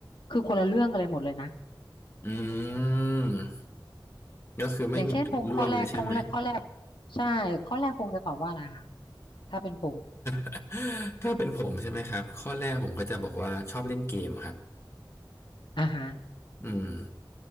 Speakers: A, on the left; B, on the left.
A: คือคนละเรื่องกันเลยหมดเลยนะ
B: อืมก็คือไม่มีจุดร่วมเลยใช่ไหม
A: อย่างเช่นพงษ์ข้อแรกพงษ์แรกข้อแรกใช่ข้อแรกพงษ์จะตอบว่าอะไรคะถ้าเป็นพงษ์
B: <laughs> ถ้าเป็นผมใช่ไหมครับข้อแรกผมก็จะบอกว่าชอบเล่นเกมครับ
A: อ่าฮะ
B: อืม